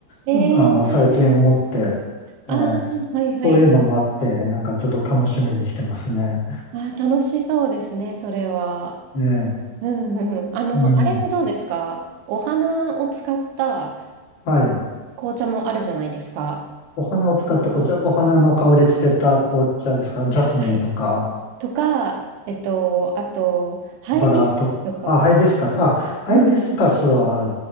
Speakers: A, on the right (about 80°); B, on the left (about 75°).
A: え
B: うんあの、
A: ー、
B: 最近思って、
A: ああはいはい。
B: えーそういうのもあって、なんかちょっと楽しみにしてますね。
A: ああ楽しそうですね、それは。
B: ええ
A: うんうん。あの、
B: うん。
A: あれはどうですかお花を使った
B: はい。
A: 紅茶もあるじゃないですか。
B: お花を使った紅茶、お花の香りつけた紅茶ですかジャスミンとか、
A: はい。とか、えっと、あと、ハイビスカスとか。
B: バラとか、あ、ハイビスカス。あ、ハイビスカスは
A: うんうん。